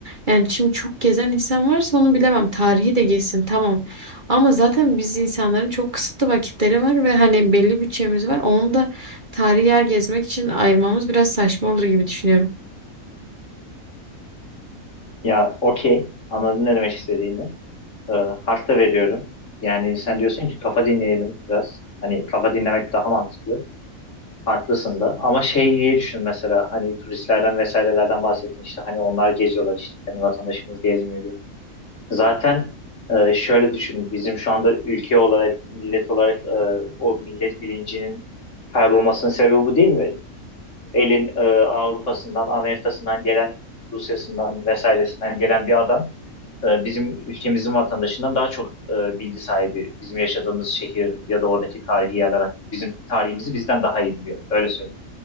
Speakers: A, on the right; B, on the left.
A: yani şimdi çok gezen insan varsa onu bilemem. Tarihi de gezsin tamam. Ama zaten biz insanların çok kısıtlı vakitleri var ve hani belli bütçemiz var. Onu da tarihi yer gezmek için ayırmamız biraz saçma olur gibi düşünüyorum.
B: Ya okey anladın ne demek istediğini. e, hak veriyorum. Yani sen diyorsun ki kafa dinleyelim biraz. Hani kafa dinlemek daha mantıklı. Haklısın da. Ama şey diye düşün mesela hani turistlerden vesairelerden bahsettin işte hani onlar geziyorlar işte hani vatandaşımız gezmiyor diye. Zaten e, şöyle düşün bizim şu anda ülke olarak millet olarak e, o millet bilincinin kaybolmasının sebebi bu değil mi? Elin e, Avrupa'sından, Amerika'sından gelen Rusya'sından vesairesinden gelen bir adam e, bizim ülkemizin vatandaşından daha çok e, bilgi sahibi. Bizim yaşadığımız şehir ya da oradaki tarihi yerler hakkında. Bizim tarihimizi bizden daha iyi biliyor. Öyle söyleyeyim.